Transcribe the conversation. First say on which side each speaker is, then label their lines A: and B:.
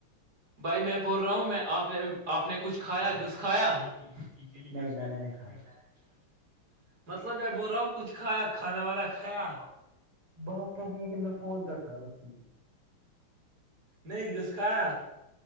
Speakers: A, on the right; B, on the right.
A: بھائی میں بول رہا ہوں میں آپ نے آپ نے کچھ کھایا گھس کھایا <unintelligible>
B: نہیں میں نے نہیں کھایا
A: مطلب میں ب رہاؤ <unintelligible> کچھ کھایا کھانا والا کھایا
B: بات کرنی ہے کہ میں فون کٹ کرا رہا ہوں اسی پے
A: نہیں گس کاایا